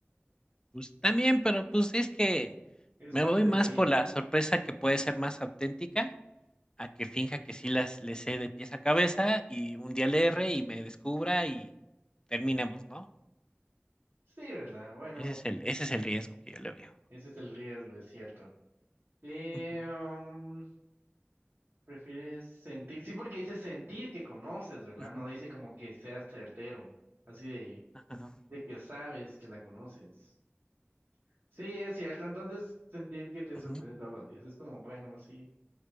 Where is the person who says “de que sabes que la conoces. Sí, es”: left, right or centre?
Right